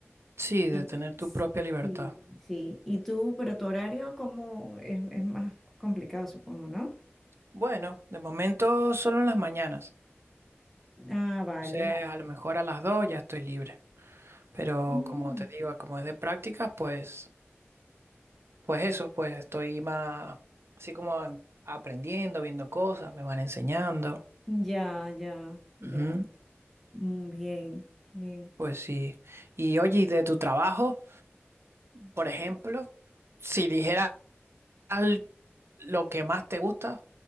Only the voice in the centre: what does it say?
Y
Sí, sí. ¿Y tú, pero tu horario como es, es más complicado, supongo, ¿no?
Ah, vale.
Mm,
Ya, ya, ya.
Mm, Bien, bien.